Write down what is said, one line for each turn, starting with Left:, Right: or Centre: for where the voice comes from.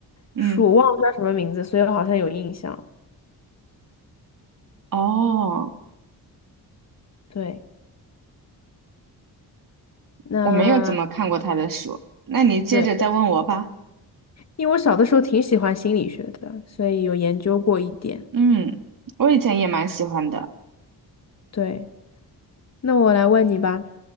Right: 嗯，
Left: 书，我忘了叫什么名字，所以我好像有印象。
Right: 哦，
Left: 对，那
Right: 我没有怎么看过他的书，那你接着再问我吧。
Left: 对。因为我小的时候挺喜欢心理学的，所以有研究过一点。
Right: 嗯，我以前也蛮喜欢的。
Left: 对，那我来问你吧，